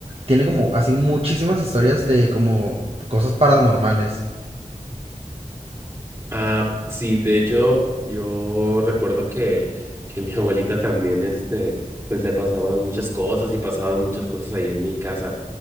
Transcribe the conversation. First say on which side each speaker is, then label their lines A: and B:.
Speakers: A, on the right; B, on the right.
A: tiene como así muchísimas historias de como cosas paranormales.
B: Ah, sí, de hecho, yo recuerdo que, que mi <laughs> abuelita también, este, pues le pasaban muchas cosas y pasaban muchas cosas ahí en mi casa.